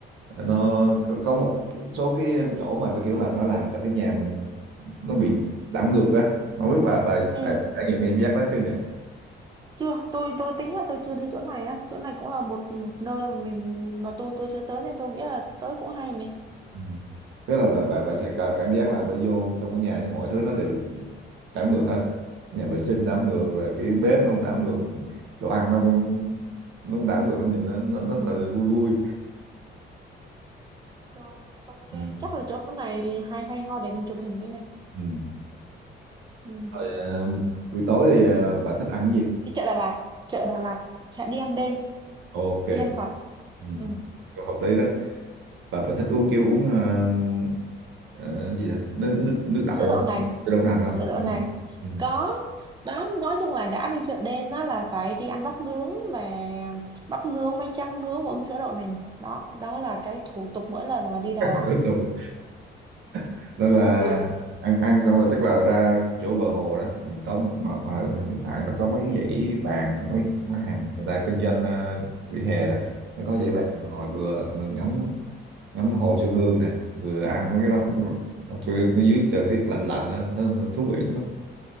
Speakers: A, on the right; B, on the right.
A: nó có có một số cái chỗ mà nó kiểu là nó làm cho cái nhà mình nó bị đảo ngược á không biết bà bà
B: ừ.
A: đã trải nghiệm cái cảm giác đó chưa nhỉ
B: chưa tôi tôi tính là tôi chưa đi chỗ này á chỗ này cũng là một một nơi mà mình mà tôi tôi chưa tới nên tôi nghĩ là tới cũng hay này
A: ừ. tức là bà bà bà sẽ có cảm giác là bà vô trong cái nhà nhưng mọi thứ nó đều đảo ngược hết nhà vệ sinh đảo ngược rồi cái bếp nó cũng đảo ngược mình đồ ăn nó cũng nó cũng đảo ngược nhìn nó nó rất là vui vui
B: rồi ok
A: ừ.
B: chắc là chỗ này hay hay ho để mình chụp hình đây này
A: Ừ.
B: ừ.
A: rồi ờ, buổi tối thì ờ, bà thích ăn cái gì
B: đi chợ Đà Lạt chợ Đà Lạt sẽ đi ăn đêm
A: ok
B: đi ăn vặt
A: ừ.
B: ừ.
A: Câu hợp lý đó bà bà thích uống kiểu uống ờ, Ờ, gì à? nước nước nước đậu
B: sữa đậu
A: không
B: nành
A: cái đậu nành không
B: sữa đậu nành
A: ừ.
B: có đó nói chung là đã đi chợ đêm đó là phải đi ăn bắp nướng và bắp nướng bánh tráng nướng và uống sữa đậu nành đó đó là cái thủ tục mỗi lần mà đi Đà
A: Rất
B: Lạt
A: là quen. <laughs> nên là
B: <laughs>
A: ăn ăn xong rồi tức là ra chỗ bờ hồ đó mình tóm một- nó ở hiện tại nó có mấy cái dãy bàn mấy mấy hàng người ta kinh doanh ờ, vỉa hè đó nó có dãy bàn mình ngồi vừa vừa ngắm ngắm hồ Xuân Hương nè vừa ăn mấy cái đó tôi ở dưới trời tiết lạnh lạnh nữa Nó- nó thú vị lắm á